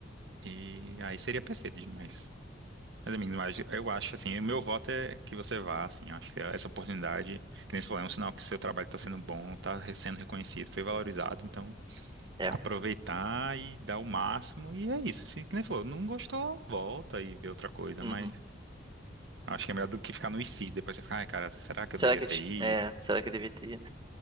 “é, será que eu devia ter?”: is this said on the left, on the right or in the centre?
Right